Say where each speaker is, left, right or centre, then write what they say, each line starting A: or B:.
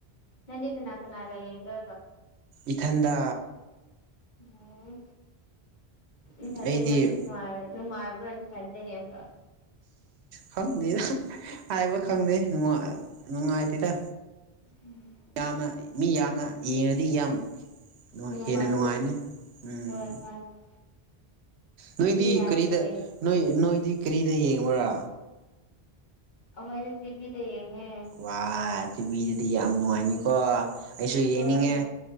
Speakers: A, on the left; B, on the right.
A: ꯅꯟꯗꯤ ꯇꯅꯥꯀꯅꯥꯒ ꯌꯦꯡꯒ
B: ꯏꯊꯟꯗ
A: ꯑꯣ ꯏꯁꯥꯏꯗꯩ
B: ꯑꯩꯗꯤ
A: ꯌꯥꯝꯁꯨꯅꯨꯡꯉꯥꯏ ꯅꯨꯡꯉꯥꯏꯕ꯭ꯔꯅꯤ ꯐꯖꯩ ꯌꯥꯝꯕ
B: ꯈꯪꯅꯤꯦꯗ ꯍꯥꯏꯕ
A: ꯎꯝ
B: ꯈꯪꯗꯦ ꯉꯥꯏꯇꯤꯔ
A: ꯎꯝ
B: ꯌꯥꯝꯅ ꯃꯤ ꯌꯥꯝꯅ ꯌꯦꯡꯉꯗꯤ ꯌꯥꯝ ꯑꯗꯨ
A: ꯅꯨꯡꯉꯥꯏꯕꯅꯤ
B: ꯍꯦꯟꯅ ꯅꯨꯡꯉꯥꯏꯔꯅꯤ ꯎꯝ
A: ꯍꯣꯏ ꯃꯥꯅꯦ
B: ꯅꯣꯏꯗꯤ
A: ꯃꯤ ꯌꯥꯝꯅ
B: ꯀꯔꯤꯗ
A: ꯌꯦꯡꯕꯗꯤ
B: ꯅꯣꯏ ꯅꯣꯏꯗꯤ ꯀꯔꯤꯗ ꯌꯦꯡꯕꯨꯔꯥ
A: ꯑꯣꯏ ꯁꯤꯖꯤꯕꯤꯗꯌꯦꯉꯦ
B: ꯋꯥ ꯇꯤꯚꯤꯗꯗꯤ ꯌꯥꯝ ꯅꯨꯡꯉꯥꯏꯅꯤꯀꯣ ꯑꯩꯁꯨ
A: ꯍꯣꯏ
B: ꯌꯦꯡꯅꯤꯡꯉꯦ